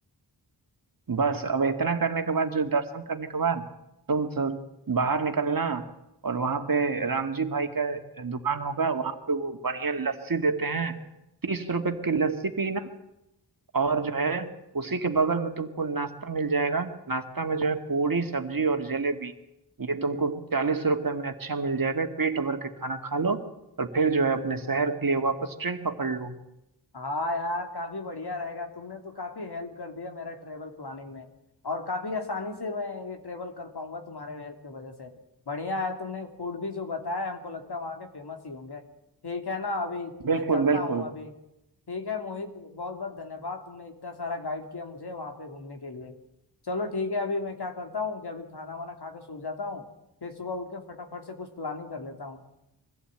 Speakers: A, on the right (about 50°); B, on the left (about 65°).
A: बस अब इतना करने के बाद जो दर्शन करने के बाद तुम सब बाहर निकलना और वहाँ पे राम जी भाई का दुकान होगा वहाँ पे वो बढ़िया लस्सी देते हैं तीस रुपए की लस्सी पीना और जो है उसी के बगल में तुमको नाश्ता मिल जाएगा नाश्ता में जो है पूरी सब्जी और जलेबी ये तुमको चालीस रुपए में अच्छा मिल जाएगा पेट भर के खाना खा लो और फिर जो है अपने शहर के लिए वापस ट्रेन पकड़ लो
B: हाँ यार काफी बढ़िया रहेगा तुमने तो काफी हेल्प कर दिया मेरा ट्रेवल प्लानिंग में और काफी आसानी से मैं ये ट्रेवल कर पाऊंगा तुम्हारे हेल्प की वजह से बढ़िया है तुमने फूड भी जो बताया हमको लगता है वहाँ के फेमस ही होंगे ठीक है ना अभी तो
A: बिल्कुल
B: मैं चलता
A: बिल्कुल
B: हूँ अभी ठीक है मोहित बहुत बहुत धन्यवाद तुमने इतना सारा गाइड किया मुझे वहाँ पे घूमने के लिए चलो ठीक है अभी मैं क्या करता हूँ कि अभी खाना वाना खा के सो जाता हूँ फिर सुबह उठ के फटाफट से कुछ प्लानिंग कर लेता हूँ